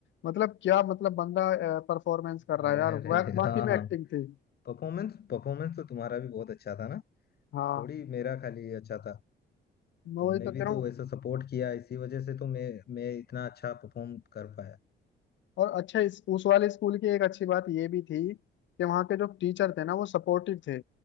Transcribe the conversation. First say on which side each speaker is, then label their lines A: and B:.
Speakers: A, on the left (about 70°); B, on the left (about 55°).
A: मतलब क्या मतलब बंदा परफॉर्मेंस
B: अरे
A: कर रहा है यार
B: अरे
A: वा-
B: अरे
A: वाकई
B: हाँ
A: में
B: हाँ
A: एक्टिंग थी
B: परफॉर्मेंस परफॉर्मेंस तो तुम्हारा भी बहुत अच्छा था ना
A: हाँ
B: थोड़ी मेरा खाली अच्छा था
A: मैं
B: तुमने
A: वही तो
B: भी
A: कह रहा
B: तो
A: हूँ
B: वैसा सपोर्ट किया इसी वजह से तो मैं मैं इतना अच्छा परफॉर्म कर पाया
A: और अच्छा इस उस वाले स्कूल की एक अच्छी बात ये भी थी कि वहाँ के जो टीचर थे ना वो सपोर्टिव थे